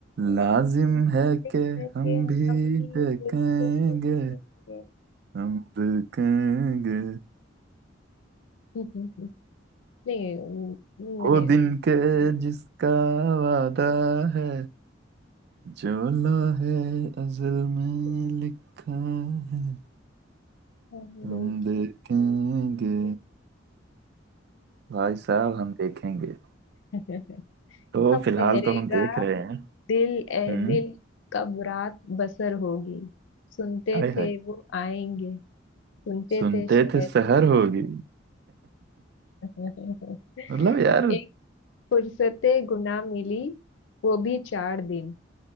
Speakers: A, on the right; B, on the left.
A: लाजिम है
B: देखेंगे,
A: कि हम भी
B: हम भी देखेंगे
A: देखेंगे
B: देखेंगे।
A: हम देखेंगे
B: हम्म, हम्म, हम्म, नहीं म- मैंने
A: वो दिन के जिसका वादा है जो लोहे अज़ल में
B: इसका
A: लिखा है
B: हम
A: हम देखेंगे
B: देखेंगे
A: भाई साहब हम देखेंगे
B: <laughs>
A: तो
B: कब
A: फिलहाल
B: ठहरेगा
A: तो हम देख रहे हैं
B: दिल ए
A: हम्म
B: दिल कब रात बसर होगी सुनते
A: आय
B: थे
A: हाय
B: वो आएंगे सुनते
A: सुनते
B: थे शहर
A: थे शहर होगी
B: <laughs>
A: मतलब यार
B: एक फुर्सते गुना मिली वो भी चार दिन